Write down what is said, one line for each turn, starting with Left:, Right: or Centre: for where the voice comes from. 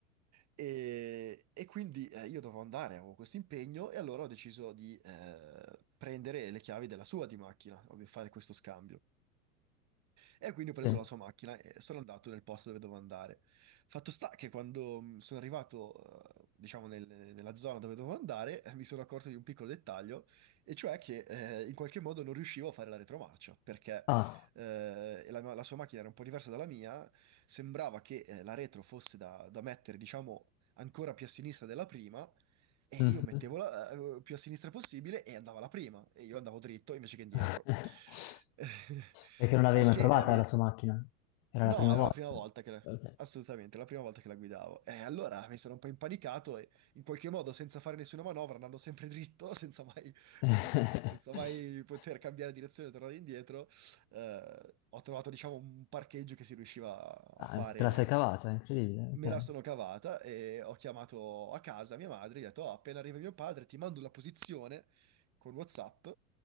Right: E, e quindi eh, io dovevo andare, avevo questo impegno, e allora ho deciso di eh, prendere le chiavi della sua di macchina, ovvio, fare questo scambio. E quindi ho preso
Left: Sì.
Right: la sua macchina e sono andato nel posto dove dovevo andare. Fatto sta che quando mh, sono arrivato, eh, diciamo, nel- nella zona dove dovevo andare, eh, mi sono accorto di un piccolo dettaglio, e cioè che eh, in qualche modo non riuscivo a fare la retromarcia, perché
Left: Ah,
Right: eh, la, la sua macchina era un po' diversa dalla mia, sembrava che eh, la retro fosse da, da mettere, diciamo, ancora più a sinistra della prima, e io
Left: mhm.
Right: mettevo la, eh, eh, più a sinistra possibile e andava la prima, e io andavo dritto invece che indietro.
Left: <laughs>
Right: <laughs>
Left: Perché non l'avevi
Right: Al
Left: mai
Right: che
Left: provata
Right: eh, mi-
Left: la sua macchina? Era
Right: No,
Left: la prima
Right: era
Left: volta.
Right: la prima volta che la...
Left: Ok.
Right: Assolutamente, la prima volta che la guidavo. E allora mi sono un po' impanicato e in qualche modo, senza fare nessuna manovra, andando sempre dritto, <laughs> senza mai,
Left: <laughs>
Right: <laughs> senza mai poter cambiare direzione e tornare indietro, eh, ho trovato, diciamo, un parcheggio che si riusciva a
Left: Ah,
Right: fare.
Left: te la sei cavata, è incredibile.
Right: Me
Left: ok.
Right: la sono cavata e ho chiamato a casa mia madre, gli ho detto, "Oh, appena arriva mio padre, ti mando la posizione con WhatsApp